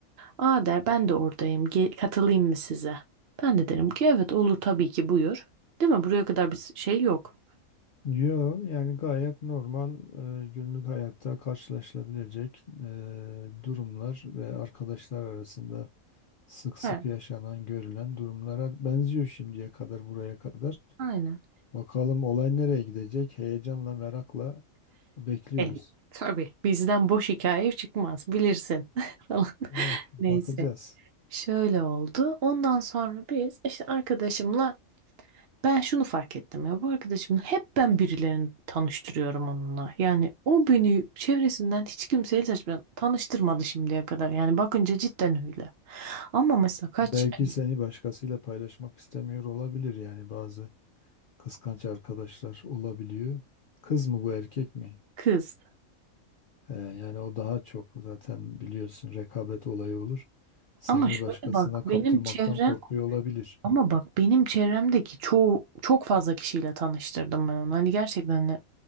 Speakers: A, on the right; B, on the left.
A: Aa der ben de oradayım. Ge- katılayım mı size? Ben de derim ki evet olur tabii ki buyur. Değil mi? Buraya kadar bir şey yok.
B: Yo yani gayet normal e, günlük hayatta karşılaşılabilecek e, durumlar ve arkadaşlar arasında sık sık
A: He,
B: yaşanan görülen durumlara benziyor şimdiye kadar buraya kadar.
A: Aynen.
B: Bakalım olay nereye gidecek? Heyecanla merakla bekliyoruz.
A: e, tabii. Bizden boş hikaye çıkmaz bilirsin <laughs> falan.
B: Eh, bakacağız.
A: Neyse. Şöyle oldu. Ondan sonra biz işte arkadaşımla Ben şunu fark ettim ya bu arkadaşım hep ben birilerini tanıştırıyorum onunla. Yani o beni çevresinden hiç kimseyle tanıştırmadı tanıştırmadı şimdiye kadar. Yani bakınca cidden öyle. Ama mesela kaç
B: Belki
A: yani
B: seni başkasıyla paylaşmak istemiyor olabilir yani bazı kıskanç arkadaşlar olabiliyor. Kız mı bu erkek mi?
A: kız.
B: Ee, yani o daha çok zaten biliyorsun rekabet olayı olur. Seni
A: Ama şöyle
B: başkasına
A: bak benim
B: kaptırmaktan
A: çevrem
B: korkuyor olabilir.
A: ama bak benim çevremdeki çoğu çok fazla kişiyle tanıştırdım ben onu. Hani gerçekten